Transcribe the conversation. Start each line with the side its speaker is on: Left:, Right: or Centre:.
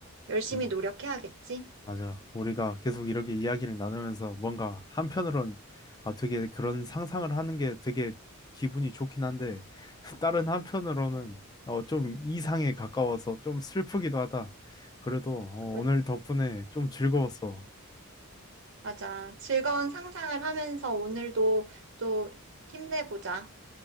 Right: 열심히
Left: 음.
Right: 노력해야겠지?
Left: 맞아. 우리가 계속 이렇게 이야기를 나누면서 뭔가 한편으론 아, 되게 그런 상상을 하는 게 되게 기분이 좋긴 한데 <laughs> 다른 한편으로는 어, 좀 이상에 가까워서 좀 슬프기도 하다. 그래도 어,
Right: 그렇-
Left: 오늘 덕분에 좀 즐거웠어.
Right: 맞아. 즐거운 상상을 하면서 오늘도 또 힘내보자.